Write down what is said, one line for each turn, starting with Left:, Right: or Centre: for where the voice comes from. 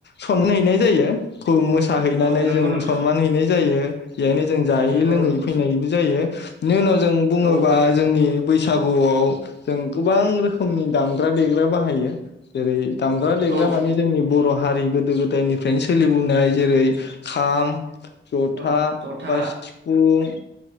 Left: सन <unintelligible> हैनाय जायो मोसाहैनानै
Right: औ नंगौ
Left: जों
Right: नोंथां
Left: मान हैनाय जायो इहायनो जों जायै-लोङै
Right: नंगौ नंगौ
Left: फैनायबो जायो इनि उनाव जों बुङोबा
Right: औ
Left: जोंनि बैस <unintelligible> सागुआव जों गोबां रोखोमनि दामग्रा देग्रा बाहायो जेरै दामग्रा देग्रा
Right: औ
Left: मानि जोंनि बर' हारि गोदो गोदायनिफ्रायनो सोलिबोनाय जेरै खाम जथा
Right: औ जथा
Left: बा सिफुं